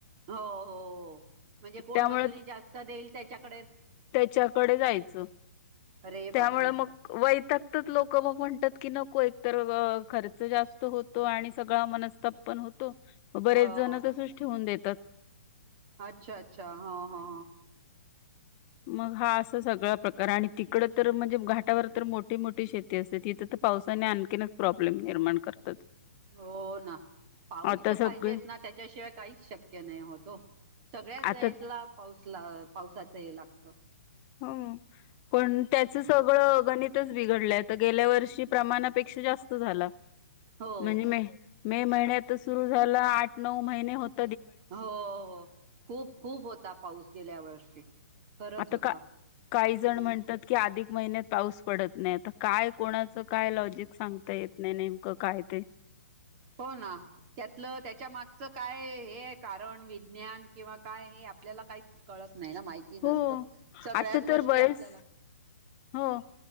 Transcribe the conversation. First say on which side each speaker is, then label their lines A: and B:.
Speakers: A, on the right; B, on the left.
A: हो हो म्हणजे कोण
B: त्यामुळे
A: मजुरी जास्त देईल त्याच्याकड
B: त्याच्याकडे जायचं.
A: अरे बापरे!
B: त्यामुळे मग वैतागतात लोक मग म्हणतात. की नको एक तर खर्च जास्त होतो आणि सगळा मनस्ताप पण होतो. बरेच
A: हो, हो.
B: जण तसच ठेवून देतात.
A: अच्छा अच्छा ह ह‌.
B: ह <inaudible> मग हा असं सगळा प्रकार आणि तिकड तर म्हणजे घाटावर तर मोठी मोठी शेती असते तिथं त पाऊस आणखीनच प्रॉब्लेम निर्माण करत.
A: हो ना पाऊस
B: आता
A: तर
B: सगळे
A: पाहिजेच ना त्याच्याशिवाय काहीच शक्य नाही होत हो. सगळ्यात
B: आता
A: जायतला पाऊसला पावसाच हे लागत.
B: हो पण त्याच सगळं गणितच बिघडल्या तर गेल्या वर्षी प्रमाणापेक्षा जास्त झाला.
A: हो.
B: म्हणजे मे मे महिन्यात सुरू झाला आठ नऊ महिने होत
A: हो हो खूप खूप होता पाऊस गेल्या वर्षी. खरंच
B: आता
A: होता.
B: का काही जण
A: हं,
B: म्हणतात की अधिक महिन्यात पाऊस पडत नाही काय कोणाच काय लॉजिक सांगता येत नाही नेमकं काय ते
A: हो ना त्यातलं त्याच्या मागच काय हे कारण विज्ञान किंवा काय हे आपल्याला काहीच कळत नाही ना, माहिती नसत
B: हो
A: सगळ्याच
B: आता
A: गोष्टी
B: तर बरेच
A: आपल्याला
B: हो